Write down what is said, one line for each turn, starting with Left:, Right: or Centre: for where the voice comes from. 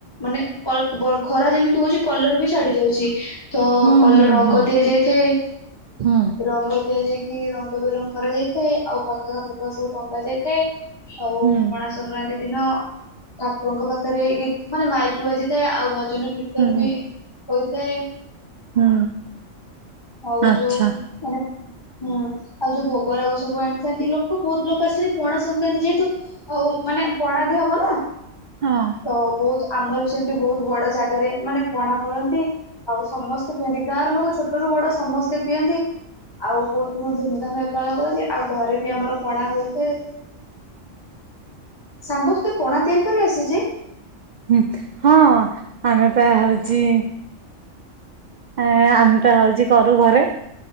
Left: ମାନେ ଅ ବ ଖରା ଯେମିତି ହଉଛି କଲର ବି ଛାଡି ଯାଉଛି। ଛି ତ
Right: ହୁଁ
Left: କଲର
Right: ହୁଁ
Left: ରଙ୍ଗ
Right: ହୁଁ
Left: ଦିଆ ଯାଇଥାଏ।
Right: ହୁଁ
Left: ରଙ୍ଗ ଦିଆଯାଇକି ରଙ୍ଗ ବିରଙ୍ଗ କରାଯାଇଥାଏ। ଆଉ ପତକା ଫତକା ସବୁ ଟଙ୍ଗା ଯାଇଥାଏ। ଆଉ
Right: ହୁଁ
Left: ପଣା ସଂକ୍ରାନ୍ତି ଦିନ ଠାକୁରଙ୍କ ପାଖରେ ଗୀତ୍ ମାନେ ମାଇକି ବାଜିଥାଏ ଆଉ ଭଜନ କୀର୍ତ୍ତନ
Right: ହୁଁ ହୁଁ
Left: ବି ସେ
Right: ହୁଁ।
Left: ଆଉ
Right: ଆଚ୍ଛା
Left: ଯୋଉ ମାନେ ହୁଁ ଆଉ ଯୋଉ ଭୋଗରାଗ ସବୁ ଆଣିଥାନ୍ତି ଲୋକ ବହୁତ ଲୋକ ଆସିଥାନ୍ତି ପଣା ସଂକ୍ରାନ୍ତି ଯେହେତୁ ଆଉ ମାନେ ପଣା ବି ହବ ନା।
Right: ହଁ
Left: ତ ବହୁତ ଆମର ବି ସେମିତି ବହୁତ ବଡ ଜାଗାରେ ମାନେ ପଣା କରନ୍ ନ୍ତି ଆଉ ସମସ୍ତେ ପିଅନ୍ତି। ଗାଁ ର ଲୋକ ଛୋଟ ରୁ ବଡ ସମସ୍ତେ ପିଅନ୍ତି। ଆଉ ବହୁ ଧୁମଧାମରେ ପାଳନ କରନ୍ତି ଆଉ ଘରେ ବି ଆମର ପଣା ହୋଇଥାଏ। ସାଙ୍ଗ ତୋତେ ପଣା ତିଆରି କରି ଆସିଚି?
Right: ହୁଁ ହଁ ଆମେ ପା ହଉଛି। ଏ-ଏ ଆମେ ପା ହଉଛି କରୁ ଘରେ।